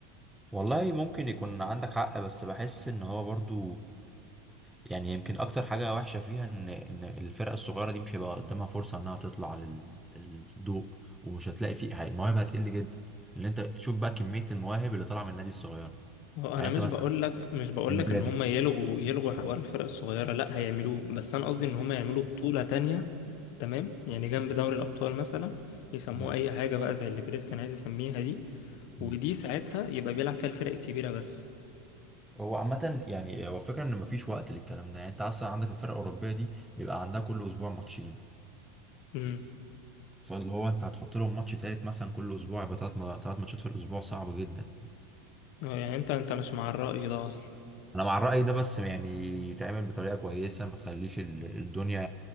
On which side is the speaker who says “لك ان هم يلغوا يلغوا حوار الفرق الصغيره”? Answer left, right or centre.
Left